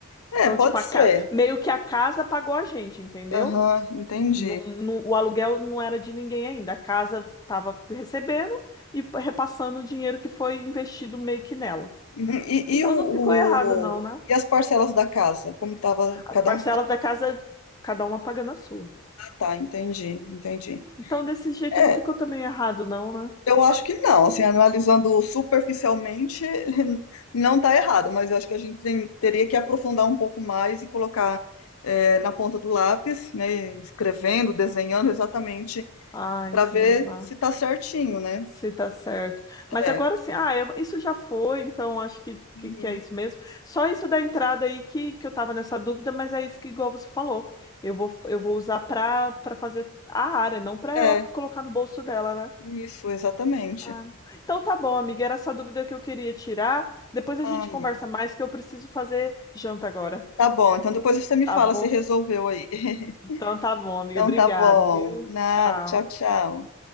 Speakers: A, on the left; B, on the left.
A: É,
B: Então,
A: pode
B: tipo, a
A: ser.
B: ca- meio que a casa pagou a gente, entendeu?
A: Aham, entendi.
B: Não, não- o aluguel não era de ninguém ainda. A casa estava recebendo e repassando o dinheiro que foi investido meio que nela.
A: Uhum. E,
B: Então,
A: e o, o-
B: não ficou errado, não, né?
A: E as parcelas da casa? Como que tava.
B: As
A: Cada
B: parcelas
A: um tava.
B: da casa, cada uma pagando a sua.
A: Tá, entendi, entendi.
B: Então, desse jeito
A: É,
B: não ficou também errado, não, né?
A: Eu acho que não, assim, analisando superficialmente, <laughs> não está errado, mas eu acho que a gente tem- teria que aprofundar um pouco mais e colocar eh, na ponta do lápis, né, escrevendo, desenhando exatamente
B: Ai,
A: para
B: Jeová,
A: ver se está certinho, né?
B: se tá certo. Mas
A: É,
B: agora sim, ah, eu- isso já foi, então acho que,
A: uhum,
B: que, que é isso mesmo. Só isso da entrada aí que, que eu tava nessa dúvida, mas é isso que, igual você falou, eu vou, eu vou usar pra, pra fazer a área, não pra
A: é,
B: ela colocar no bolso dela, né?
A: isso, exatamente.
B: Ah, então tá bom, amiga, era essa dúvida que eu queria tirar. Depois a
A: Ah,
B: gente conversa
A: mi-
B: mais, que eu preciso fazer janta agora,
A: tá bom, então depois você me
B: tá
A: fala
B: bom?
A: se resolveu aí. <laughs>
B: Então tá bom, amiga.
A: Então
B: Obrigado,
A: tá bom,
B: viu?
A: nada,
B: Tchau.
A: tchau, tchau.